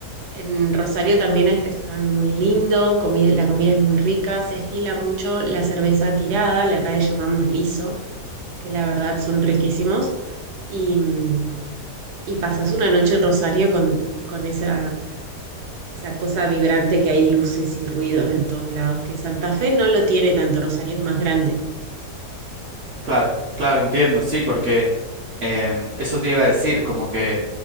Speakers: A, on the right; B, on the right.
A: En Rosario también hay restaurante muy lindo, comi- la comida es muy rica, se estila mucho la cerveza tirada, la acá le llamamos liso, que la verdad son riquísimos. Y, mm, y pasas una noche en Rosario con, con esa, esa cosa vibrante que hay luces y ruidos en todos lados, que Santa Fe no lo tiene tanto, Rosario es más grande.
B: Claro, claro, entiendo, sí, porque em, eso te iba a decir, como que